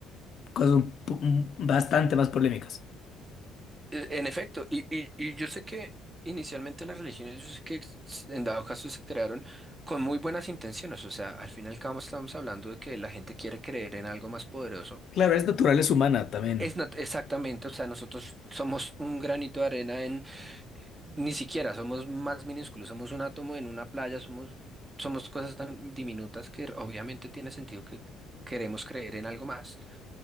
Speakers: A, on the left; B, on the right.
A: cosas un po- un- bastante más polémicas.
B: E- En efecto, y, y, y yo sé que inicialmente las religiones, yo sé que s- en dado caso se crearon con muy buenas intenciones, o sea, al fin y al cabo estamos hablando de que la gente quiere creer en algo más poderoso.
A: Claro, es naturaleza humana también,
B: Es nat- exactamente, o sea, nosotros somos un granito de arena en, ni siquiera, somos más minúsculos, somos un átomo en una playa, somos, somos cosas tan diminutas que obviamente tiene sentido que queremos creer en algo más.